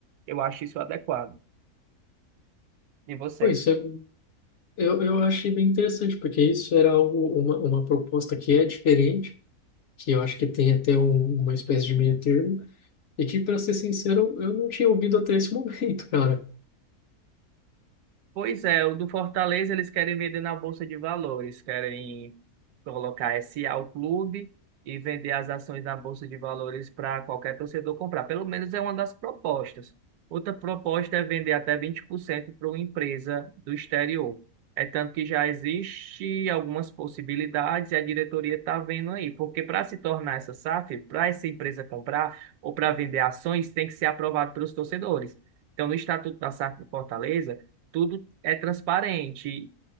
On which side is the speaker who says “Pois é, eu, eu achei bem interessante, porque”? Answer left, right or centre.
Left